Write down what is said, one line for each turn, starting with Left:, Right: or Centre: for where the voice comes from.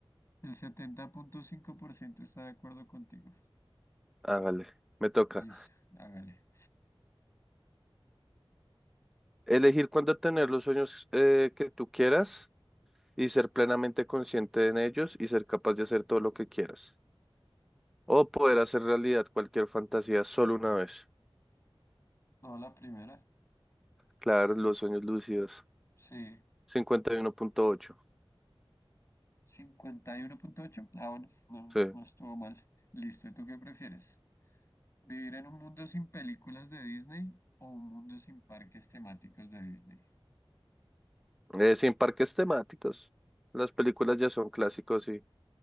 Left: el setenta punto cinco por ciento está de acuerdo contigo.
Centre: Hágale, me toca.
Left: Listo, hágale.
Centre: Elegir cuándo tener los sueños eh, que tú quieras y ser plenamente consciente en ellos y ser capaz de hacer todo lo que quieras. O poder hacer realidad cualquier fantasía solo una vez.
Left: No, la primera.
Centre: Claro, los sueños lúcidos.
Left: Sí,
Centre: cincuenta y uno punto ocho
Left: cincuenta y uno punto ocho. Ah, bueno, no,
Centre: Sí.
Left: no estuvo mal. Listo, ¿y tú qué prefieres? ¿Vivir en un mundo sin películas de Disney o un mundo sin parques temáticos de Disney?
Centre: Eh, sin parques temáticos. Las películas ya son clásicos